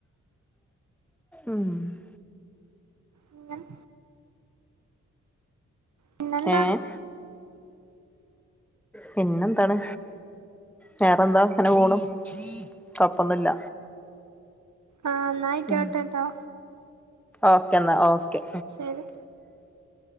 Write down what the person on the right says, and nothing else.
ഇങ്ങ <unintelligible> പിന്നെന്ത
ആഹ് എന്നായിക്കോട്ടെട്ടോ
ശരി